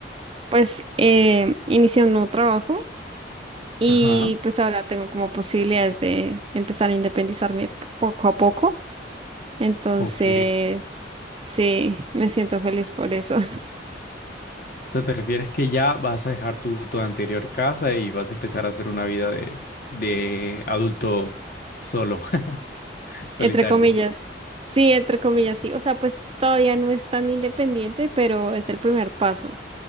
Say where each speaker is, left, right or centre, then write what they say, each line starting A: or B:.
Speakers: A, on the right; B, on the left.
A: Pues eh, inicié un nuevo trabajo y
B: Ajá,
A: pues ahora tengo como posibilidades de empezar a independizarme poco a poco. Entonces,
B: ok.
A: sí, me siento feliz por eso.
B: O sea, ¿te refieres que ya vas a dejar tu, tu anterior casa y vas a empezar a hacer una vida de, de adulto solo, <laughs>
A: <laughs>
B: solitario?
A: Entre comillas. Sí, entre comillas, sí. O sea, pues todavía no es tan independiente, pero es el primer paso.